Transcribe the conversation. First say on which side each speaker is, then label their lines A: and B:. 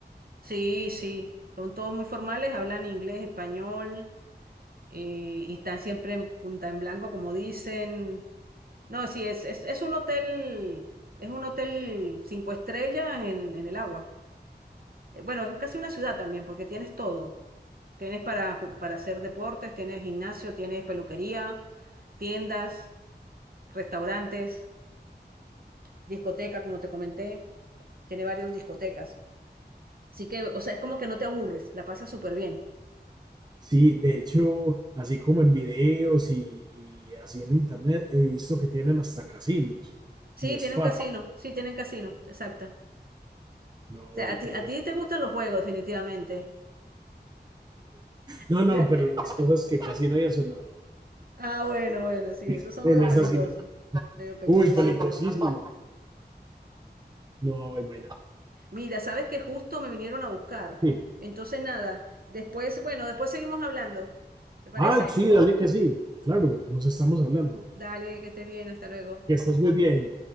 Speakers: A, on the right; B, on the right.
A: Sí, sí, son todos muy formales, hablan inglés, español, eh, y están siempre en punta en blanco, como dicen. No, sí, es, es, es un hotel, es un hotel cinco estrellas en, en el agua. Eh, Bueno, es casi una ciudad también, porque tienes todo. Tienes para, ju- para hacer deportes, tienes gimnasio, tienes peluquería, tiendas, restaurantes, discoteca, como te comenté. Tiene varias discotecas. Así que, o sea, es como que no te aburres, la pasas súper bien.
B: Sí, de hecho, así como en videos y, y así en internet, he visto que tienen hasta casinos
A: Sí,
B: y spa.
A: tiene un casino, sí, tiene un casino, exacto.
B: No,
A: O sea,
B: entonces,
A: a ti, a ti te gustan los juegos, definitivamente. <laughs>
B: no, no, pero las cosas que casi no hay eso, no,
A: Ah, bueno, bueno, sí,
B: <laughs>
A: esos son
B: en
A: medio
B: esas
A: peligrosos,
B: sí no.
A: medio peligrositos.
B: Uy, peligrosísimo. No, imagínate.
A: Mira, sabes que justo me vinieron a buscar.
B: Sí.
A: Entonces, nada, después, bueno, después seguimos hablando. ¿Te parece?
B: Ah, sí, dale que sí. Claro, nos estamos hablando.
A: Dale, que estés bien, hasta luego.
B: Que estés muy bien.